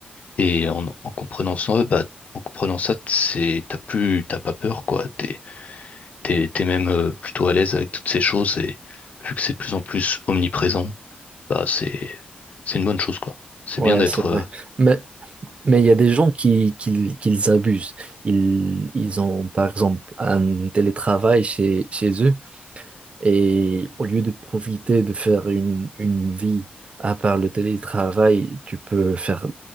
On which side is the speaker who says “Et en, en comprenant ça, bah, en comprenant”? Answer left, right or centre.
Left